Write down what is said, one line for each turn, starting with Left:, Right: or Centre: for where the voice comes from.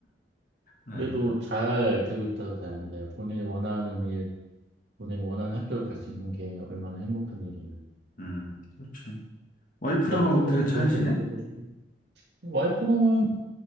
Left: 아이고.
Right: 그래도 잘 되고 있다고 다행이다. 본인이 원하는 일, 본인이 원하는 학교를 갈 수 있는 게 얼마나 행복한 일이야.
Left: 음, 그렇지. 와이프랑
Right: 나 때문에도
Left: 어떻게 잘
Right: 그런
Left: 지내?
Right: 게 없어가지고. 와이프랑은,